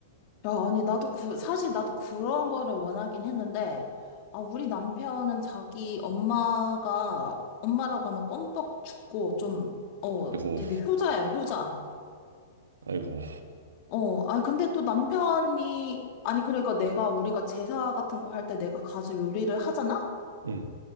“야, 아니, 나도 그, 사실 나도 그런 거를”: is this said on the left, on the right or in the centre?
Left